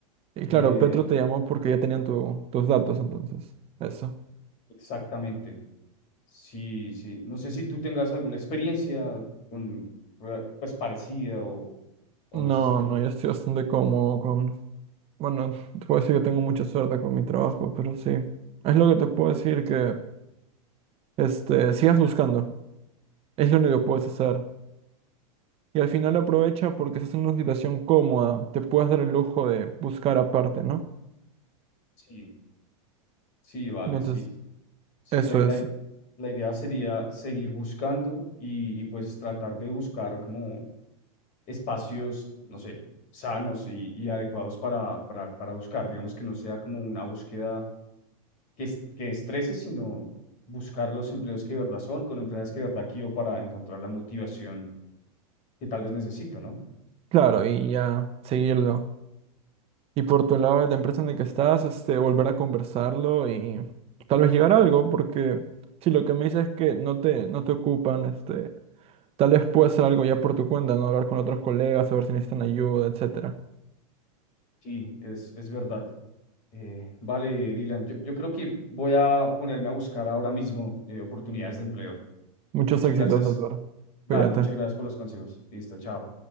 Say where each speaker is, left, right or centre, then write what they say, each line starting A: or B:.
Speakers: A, on the right; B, on the left.
A: Y
B: Eh,
A: claro, Petro te llamó porque ya tenían tu- tus datos, entonces, eso.
B: exactamente. Sí, sí. No sé si tú tengas alguna experiencia con, re- pues parecida o, o
A: No,
B: no sé si... tra-
A: no, yo estoy bastante cómodo con... Bueno, te puedo decir que tengo mucha suerte con mi trabajo, pero sí. Es lo que te puedo decir que, este, sigas buscando. Es lo único que puedes hacer. Y al final aprovecha porque estás en una situación cómoda. Te puedes dar el lujo de buscar aparte, ¿no?
B: Sí, sí, vale,
A: Entonces,
B: sí. Sí,
A: eso
B: la, la,
A: es.
B: la idea sería seguir buscando y, y pues tratar de buscar como espacios, no sé, sanos y, y adecuados para, para, para buscar. Digamos que no sea como una búsqueda que, es- que estrese, sino buscar los empleos que de verdad son, con empresas que de verdad quiero para encontrar la motivación que tal vez necesito, ¿no?
A: Claro, y ya seguirlo. Y por tu lado, la empresa en la que estás, este, volver a conversarlo y tal vez llegar a algo, porque si lo que me dices es que no te, no te ocupan, este Tal vez puedas hacer algo ya por tu cuenta, ¿no? Hablar con otros colegas, saber si necesitan ayuda, etcétera.
B: Sí, es, es verdad. Eh, vale, Dylan, yo, yo creo que voy a ponerme a buscar ahora mismo eh, oportunidades de empleo.
A: Muchos
B: Muchas
A: éxitos,
B: gracias.
A: Edward.
B: Dale,
A: Cuídate.
B: muchas gracias por los consejos. Listo, chao.